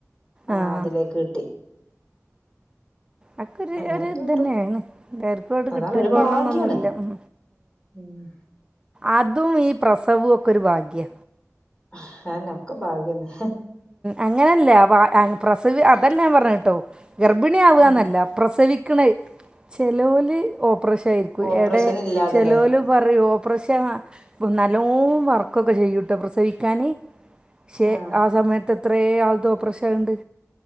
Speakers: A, on the left; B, on the right.
A: ആ
B: ആഹ്
A: അതിലേക്ക് കിട്ടി.
B: അക്കെ ഒര്
A: അങ്ങനെയൊക്കെ
B: ഒര് ഇത്
A: കിട്ടും
B: തന്നെണ്. തെര്ക്കോൽത്
A: അതാണ്
B: കിട്ടിക്കൊള്ളണം
A: ഒരു ഭാഗ്യാണ്
B: ഇന്നൊന്നുല്ലാ. ഉം
A: ഉം
B: അ തും ഈ പ്രസവും ഒക്കെ ഒരു ഭാഗ്യ.
A: അഅന്നേ ഒക്കെ ഭാഗ്യന്നെ.
B: അങ്ങനെയല്ല വ പ്രസവി അതെല്ലാം പറഞ്ഞട്ടോ ഗർഭിണി ആവുക
A: ഉം
B: എന്നല്ല പ്രസവി ക്ക്ണ് ചെലോല് ഓ ഓപ്പറഷ ആരിക്കും
A: ഓപ്പറേഷൻ
B: എടെ
A: ഇല്ലാതല്ലേ
B: ചെലോല് പറയൂ ഓപ്പറേഷൻ ആ ഇപ്പം നല്ലോ വർക്കൊക്കെ ചെയ്യൂട്ടോ പ്രസവിക്കാന് ശേ
A: ആഹ്
B: ആ സമയത്ത് ഇത്രേ ആൾത്തോപ്രശായോണ്ട്